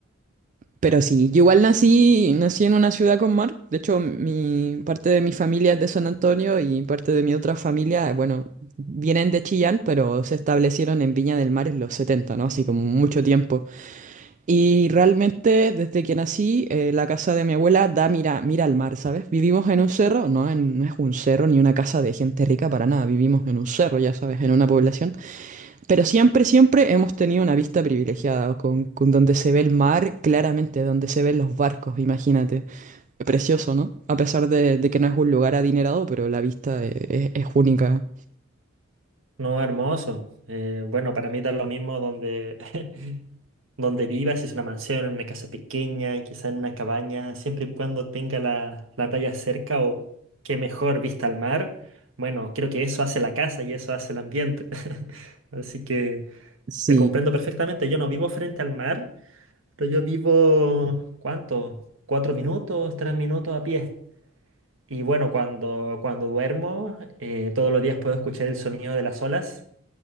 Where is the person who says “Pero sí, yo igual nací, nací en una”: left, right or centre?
Right